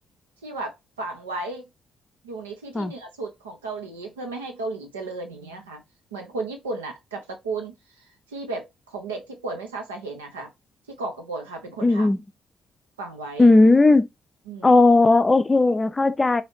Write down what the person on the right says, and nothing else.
ที่แบบฝังไว้อยู่ในที่ที่เหนือสุดของเกาหลีเพื่อไม่ให้เกาหลีเจริญอย่างเงี้ยค่ะเหมือนคนญี่ปุ่นอ่ะกับตระกูล
ที่แบบของเด็กที่ป่วยไม่ทราบสาเหตุนะคะที่ก่อกบฏค่ะเป็นคนท
ำฝังไว้
อืม